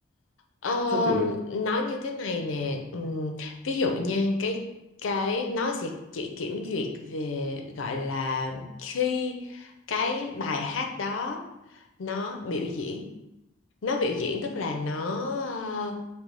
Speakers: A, on the left; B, on the right.
A: Ờ,
B: sao kỳ vậy
A: nói như thế này nè ừm, ví dụ nha cái cái nó sẽ chỉ kiểm duyệt về gọi là khi cái bài hát đó nó biểu diễn nó biểu diễn tức là nó ờ,